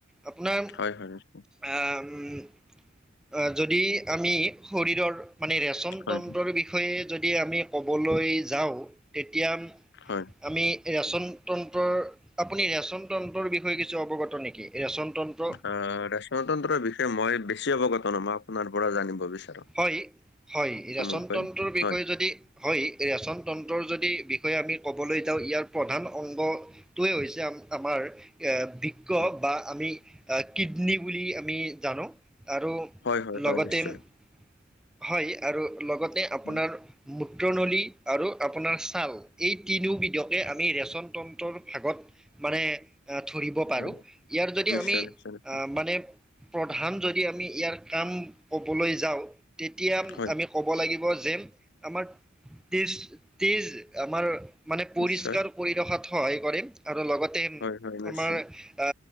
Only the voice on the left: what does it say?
হয় হয় নিশ্চয়
হয়
হয়।
অ ৰেচনতন্ত্ৰৰ বিষয়ে মই বেছি অৱগত ন মই আপোনাৰ পৰা জানিব বিচাৰো।
চমুকৈ
হয়
উম,
হয় হয় হয়
নিশ্চয়।
উম,
হয়
নিশ্চয়
নিশ্চয় নিশ্চয়
হয়
নিশ্চয়
হয় হয় নিশ্চয়